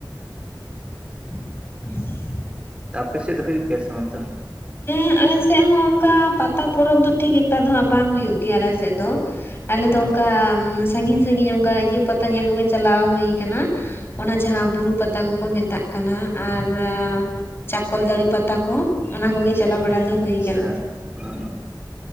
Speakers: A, on the left; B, on the right.
A: <inaudible>
B: ᱛᱟᱯᱮ ᱥᱮᱫ ᱫᱚ ᱦᱩᱭᱩᱜ ᱜᱮᱭᱟ ᱥᱮ ᱵᱟᱝ ᱛᱟᱦᱞᱮ?
A: ᱦᱮᱸ ᱟᱞᱮ ᱥᱮᱫ ᱦᱚᱸ ᱚᱱᱠᱟ ᱯᱟᱛᱟ ᱯᱚᱨᱚᱵᱽ ᱫᱚ ᱴᱷᱤᱠ ᱮᱠᱴᱟ ᱫᱚ ᱦᱟᱸᱜ ᱵᱟᱝ ᱦᱩᱭᱩᱜ ᱜᱮᱭᱟ ᱟᱞᱮ ᱥᱮᱫ ᱫᱚ᱾ ᱟᱞᱮ ᱫᱚ
B: ᱚ
A: ᱚᱱᱠᱟ ᱥᱟᱹᱜᱤᱧ ᱥᱟᱹᱜᱤᱧ ᱚᱱᱠᱟ ᱤᱭᱟᱹ ᱯᱟᱛᱟ ᱧᱮᱞ ᱠᱚᱜᱮ ᱪᱟᱞᱟᱣ ᱦᱩᱭ ᱟᱠᱟᱱᱟ᱾ ᱚᱱᱟ ᱡᱟᱦᱟᱸ ᱵᱩᱨᱩ ᱯᱟᱛᱟ ᱠᱚᱠᱚ ᱢᱮᱛᱟᱜ ᱠᱟᱱᱟ ᱟᱨ ᱪᱟᱠᱚᱞᱫᱟᱲᱤ ᱯᱟᱛᱟ ᱠᱚ ᱚᱱᱟ ᱠᱚ ᱜᱮ ᱪᱟᱞᱟᱣ ᱵᱟᱲᱟ ᱫᱚ ᱦᱩᱭ
B: ᱟᱪᱪᱷᱟ
A: ᱠᱟᱱᱟ᱾
B: ᱦᱩᱸ